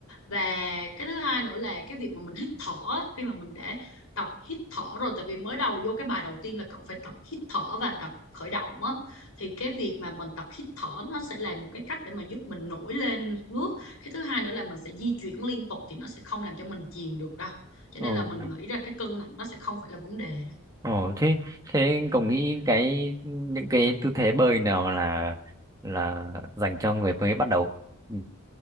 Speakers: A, on the left; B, on the right.
A: và cái thứ hai nữa là cái việc mà mình hít thở á, khi mà mình đã tập hít thở rồi tại vì mới đầu vô cái bài đầu tiên là cậu phải tập hít thở và tập khởi động á thì cái việc mà mình tập hít thở nó sẽ là một cái cách để mà giúp mình nổi lên mặt nước cái thứ hai nữa là mình sẽ di chuyển liên tục thì nó sẽ không làm cho mình chìm được đâu cho
B: ừ
A: nên là mình nghĩ ra cái cân nặng nó sẽ không phải là vấn đề
B: ờ thế thế cậu nghĩ cái những cái tư thế bơi nào là là dành cho người mới bắt đầu Ừ.